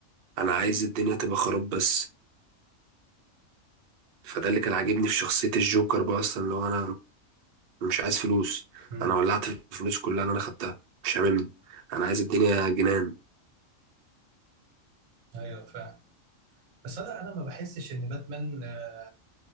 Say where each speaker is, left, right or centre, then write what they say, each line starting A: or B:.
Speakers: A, on the right (about 60°); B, on the right (about 85°).
A: انا عايز الدنيا تبقى خراب بس فده اللي كان عاجبني في شخصية الجوكر بقى اصلا اللي هو انا مش عايز فلوس
B: امم
A: انا ولعت الفلوس كلها اللي انا خدتها مش هاممني انا عايز الدنيا جنان
B: ايوه فاهم بس انا انا ما بحسش ان باتمان آه،